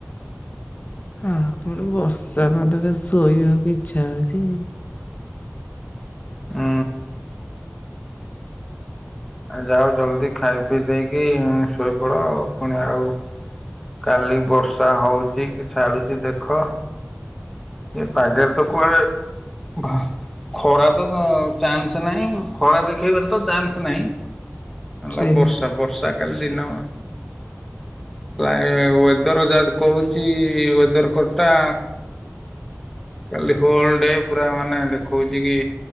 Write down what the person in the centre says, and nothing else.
ହୁଁ। ଆଉ ଯାଅ ଜଲଦି ଖାଇ ପିଇ ଦେଇକି ଶୋଇପଡ଼ ଆଉ ପୁଣି ଆଉ, କାଲି ବର୍ଷା ହଉଛି କି ଛାଡ଼ୁଛି ଦେଖ। ଏ ପାଗେର ତ କୁଆଡେ଼--ଭ ଖରା ତ ଚାନ୍ସ ନାହିଁ, ଖରା ଦେଖେଇବାର ତ ଚାନ୍ସ ନାହିଁ। ନେ
ବର୍ଷା ବର୍ଷା କାଲି ଦିନ ପ୍ରାଏ-ୱେ ୱେଦର ଯା କହୁଛି ୱେଦର କଟଟା, କାଲି ହୋଲ୍ ଡେ଼ ପୁରା ମାନେ ଦେଖୋଉଛି କି